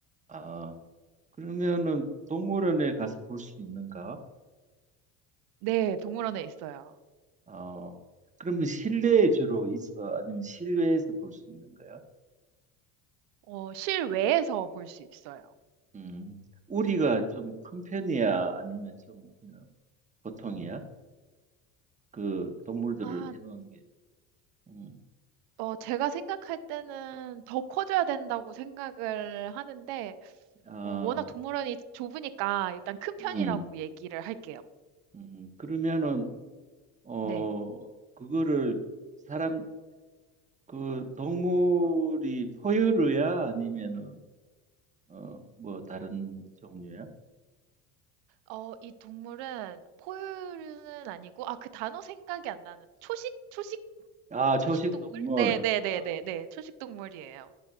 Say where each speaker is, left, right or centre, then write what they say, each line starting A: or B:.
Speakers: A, on the right; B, on the right.
A: 아, 그러면은 동물원에 가서 볼 수 있는가?
B: 네, 동물원에 있어요.
A: 어, 그러면 실내에 주로 있어? 아니면 실외에서 볼 수 있는 거야?
B: 어, 실외에서 볼 수 있어요.
A: 음, 우리가 좀 큰 편이야? 아니면 좀 그냥 보통이야? 그 동물들을
B: 아,
A: 해놓은 게. 음,
B: 어, 제가 생각할 때는 더 커져야 된다고 생각을 하는데,
A: 아,
B: 어, 워낙 동물원이 좁으니까 일단 큰 편이라고
A: 음,
B: 얘기를 할게요.
A: 음, 그러면은, 어,
B: 네.
A: 그거를 사람, 그 동물이 포유류야? 아니면은 어, 뭐 다른 종류야?
B: 어, 이 동물은 포유류는 아니고, 아, 그 단어 생각이 안 나는, 초식? 초식?
A: 아, 초식
B: 초식 동물?
A: 동물.
B: 네, 네,
A: 아,
B: 네, 네, 네, 초식 동물이에요.